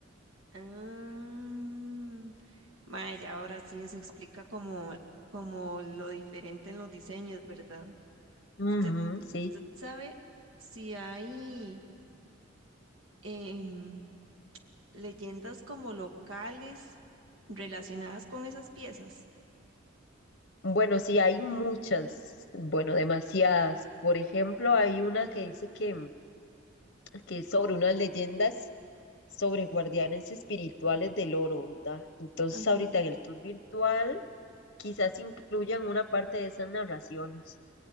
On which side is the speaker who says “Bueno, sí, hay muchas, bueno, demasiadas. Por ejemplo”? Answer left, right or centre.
Left